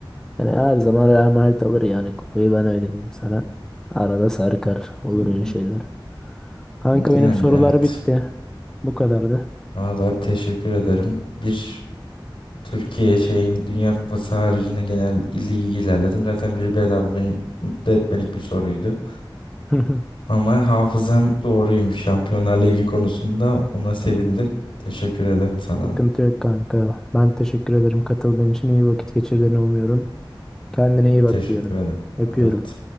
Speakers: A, in the centre; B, on the left.
A: yani her zaman Real Madrid alır yani kupayı ben öyle diyeyim sana. Arada sarkar olur
B: Hı
A: öyle
B: hı.
A: şeyler. Kanka
B: Yani
A: benim sorular
B: evet.
A: bitti. Bu kadardı.
B: Vallahi teşekkür ederim. Bir Türkiye şeyin Dünya Kupası haricinde genel ilde iyi ilerledim. Zaten bir bedava beni mutlu etmelik bir soruydu.
A: <laughs>
B: Ama hafızam doğruymuş Şampiyonlar Ligi konusunda. Ona sevindim. Teşekkür ederim sana
A: Sıkıntı
B: da.
A: yok kanka. Ben teşekkür ederim katıldığın için. İyi vakit geçirdiğini umuyorum. Kendine iyi bak
B: Teşekkür
A: diyorum.
B: ederim.
A: Öpüyorum.
B: Evet.